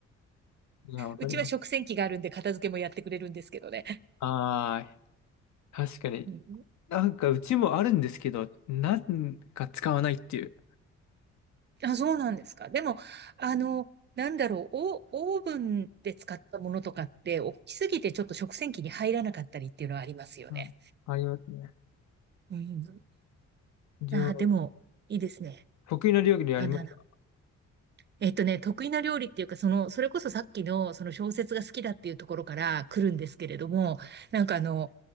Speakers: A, on the left (about 65°); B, on the right (about 35°).
A: いや、わかります。
B: うちは食洗機があるんで片付けもやってくれるんですけどね。
A: ああ確かに。
B: うん。
A: なんかうちもあるんですけど、なんか使わないっていう。
B: あ、そうなんですか。でも、あの、なんだろう、オオーブンで使ったものとかって、大きすぎてちょっと食洗機に入らなかったりっていうのはありますよね。
A: うんありますね。
B: うん。
A: 料
B: ああ、でも、いいですね。
A: 得意な料理ありますか
B: バナナ。えっとね、得意な料理っていうか、その、それこそさっきの、その小説が好きだっていうところから来るんですけれども、なんかあの、